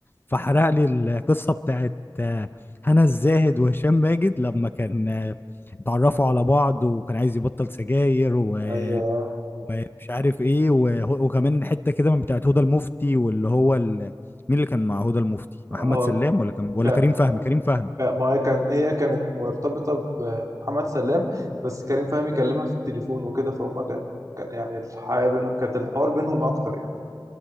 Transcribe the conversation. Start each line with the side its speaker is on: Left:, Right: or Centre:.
Left: فحرق لي القصه بتاعت آه، هنا الزاهد وهشام ماجد لما كان آه، اتعرفوا على بعض وكان عايز يبطل سجاير و...
Right: ايوه
Left: ومش عارف ايه وهو- وكمان حته كده من بتاعت هدى المفتي واللي هو ال... مين اللي كان مع هدى المفتي محمد
Right: اه
Left: سلام ولا كان ولا
Right: كان
Left: كريم
Right: محمد
Left: فهمي كريم فهمي
Right: كان- ما هي كان هي كانت مرتبطة بمحمد سلام بس كريم فهمي كلمها في التليفون وكده فهم كان كان يعني الحياة بين كانت الحوار بينهم أكتر يعني